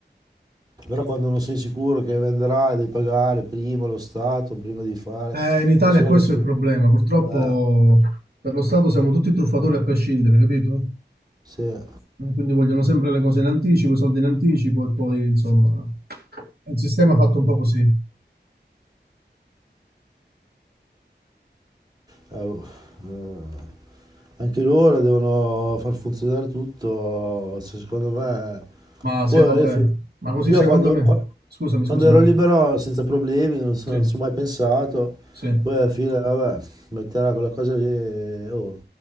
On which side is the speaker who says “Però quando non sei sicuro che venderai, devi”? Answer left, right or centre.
Right